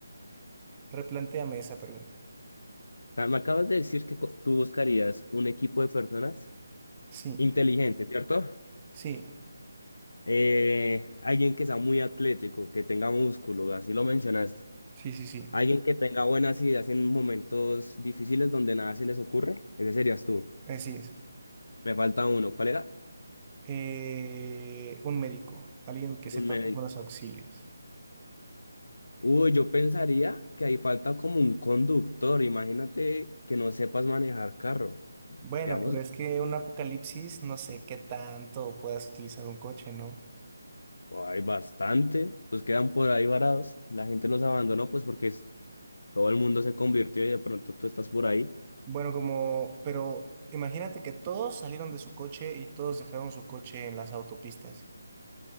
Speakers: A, on the right (about 25°); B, on the left (about 75°).
A: Replantéame esa pregunta.
B: Ah, Me acabas de decir que co- tú buscarías un equipo de personas
A: Sí,
B: inteligente, ¿cierto?
A: sí.
B: Eh, alguien que sea muy atlético, que tenga músculo, así lo mencionaste.
A: Sí, sí, sí,
B: Alguien que tenga buenas ideas en momentos difíciles donde nada se les ocurre, ese serías tú.
A: así es.
B: Me falta uno. ¿Cuál era?
A: Eh, un médico, alguien que
B: Un
A: sepa
B: médico.
A: primeros auxilios.
B: Uy, yo pensaría que ahí falta como un conductor. Imagínate que no sepas manejar carro.
A: Bueno,
B: Quedamos,
A: pero es que un apocalipsis, no sé qué tanto puedas utilizar un coche, ¿no?
B: oh, hay bastante, pues quedan por ahí varados. La gente los abandonó, pues porque es- todo el mundo se convirtió y de pronto tú estás por ahí.
A: Bueno, como, pero imagínate que todos salieron de su coche y todos dejaron su coche en las autopistas.